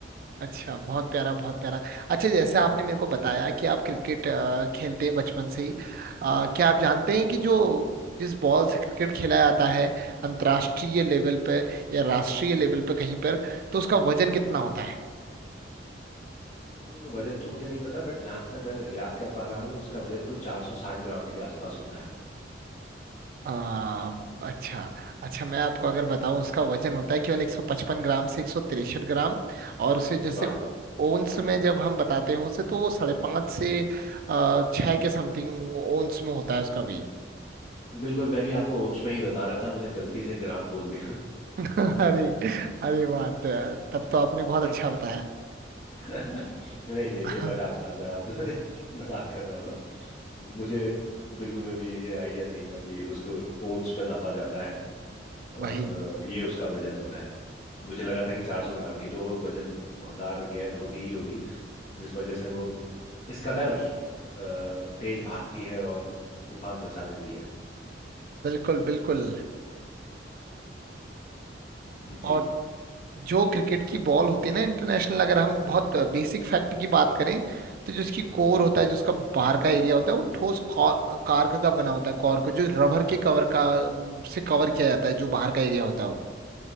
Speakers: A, on the right; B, on the left.
A: अच्छा बहुत प्यारा बहुत प्यारा अच्छा जैसे आपने मेरे को बताया कि आप क्रिकेट अ, खेलते हैं बचपन से ही अ, क्या आप जानते हैं कि जो जिस बॉल से क्रिकेट खेला जाता है अंतर्राष्ट्रीय लेवल पे या राष्ट्रीय लेवल पे कहीं पर तो उसका वजन कितना होता है
B: तो वजन तो मुझे नहीं पता बट जहाँ तक मैं याद कर पा रहा हूँ इसका वजन कुछ 460 ग्राम के आसपास होता है
A: आ, अच्छा अच्छा मैं आपको अगर बताऊं उसका वजन होता है केवल 155 ग्राम से 163 ग्राम और उसे जैसे
B: वाह
A: ओंस में जब हम बताते हैं उसे तो वो साढ़े पाँच से आ, छः के समथिंग ओंस में होता है उसका वेट
B: बिल्कुल मैं भी आपको ओंस में ही बता रहा था मैंने गलती से ग्राम बोल दिया
A: अरे अरे बात तो है यार, तब तो आपने
B: <laughs>
A: बहुत अच्छा
B: <laughs>
A: बताया
B: नहीं नहीं
A: हाँ,
B: ये मजाक था मैं आप <laughs> मजाक कर रहा था मुझे बिल्कुल में भी ये आइडिया नहीं था कि उसको ओंस में नापा जाता है
A: वही
B: और अ, ये उसका वजन होता है मुझे लगा था कि 400 ग्राम की तो वो वजनदार गेंद होती ही होगी जिस वजह से वो इस कदर अ, तेज भागती है और तूफान मचा देती है
A: बिल्कुल बिल्कुल
B: जी
A: और जो क्रिकेट की बॉल होती है ना इंटरनेशनल अगर हम बहुत बेसिक फैक्ट की बात करें तो जो उसकी
B: हम्म
A: कोर होता है जो उसका बाहर का एरिया होता है वो ठोस कॉ- कार्क का बना होता है कॉर्क को जो रबर के कवर का अम, से कवर किया जाता है जो बाहर का एरिया होता है वो